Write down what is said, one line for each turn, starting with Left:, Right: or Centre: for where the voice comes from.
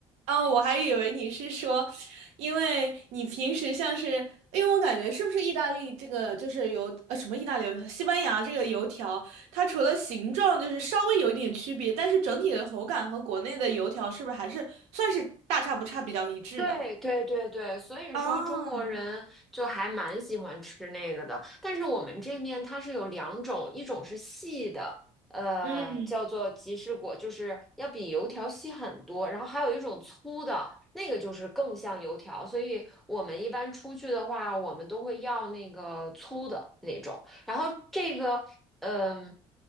Right: 哦，我还以为你是说，因为你平时像是，因为我感觉是不是意大利这个就是油，呃，什么意大利油条，西班牙这个油条，它除了形状就是稍微有一点区别，但是整体的口感和国内的油条是不是还是算是大差不差，比较一致的？
Centre: 对对对对，所以说中国人就还蛮喜欢吃那个的。
Right: 啊，
Centre: 但是我们这面它是有两种，一种是细的，呃，
Right: 嗯，
Centre: 叫做吉士果，就是要比油条细很多。然后还有一种粗的，那个就是更像油条。所以我们一般出去的话，我们都会要那个粗的那种。然后这个，嗯、